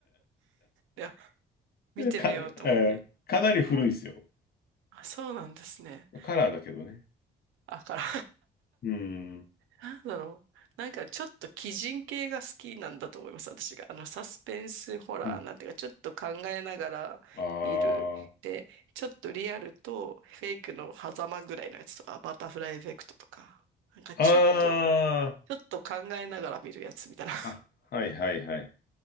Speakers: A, on the right; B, on the left.
A: いや、見てみようと思って。
B: か、えーかなり古いですよ。
A: もう、あ、そうなんですね。
B: カラーだけどね。
A: あから。
B: うん、
A: なんだろう。なんかちょっと鬼人系が好きなんだと思います、私が。あの、サスペンスホラーなんていうか、
B: うん。
A: ちょっと考えながら見る。
B: あ
A: で、ちょっとリアルとフェイクの狭間ぐらいのやつとか、バタフライエフェクトとか、なんかちょっと、
B: あ、あ
A: ちょっと考えながら見るやつみたいな。
B: あ、あ、はいはいはい。